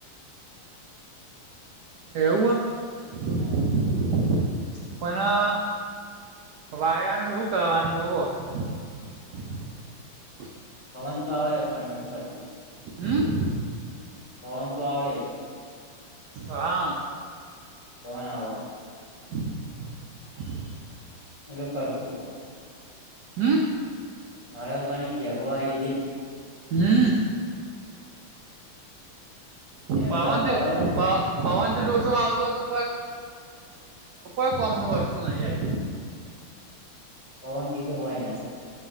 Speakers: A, on the right (about 80°); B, on the left (about 25°).
A: એવું <unintelligible>
B: હા
A: પણ. વાયાનું હું કરવાનું <unintelligible>
B: પવન તો આવે પણ હું કરતું.
A: હમ.
B: પવન તો આવે.
A: અહા.
B: પવન આવો
A: <inaudible>
B: <unintelligible> કર ચુકો
A: હમ.
B: હળગવાની છે. હગવા એઈ દિપ
A: <unintelligible>
B: એનું
A: પવન
B: શાક ભાવે
A: તે
B: તને
A: પ પવન રોતો આવતો હતો. <unintelligible> કોમ નું વસ્તુ નહી આયવુ.
B: પવન દીધું હોય ના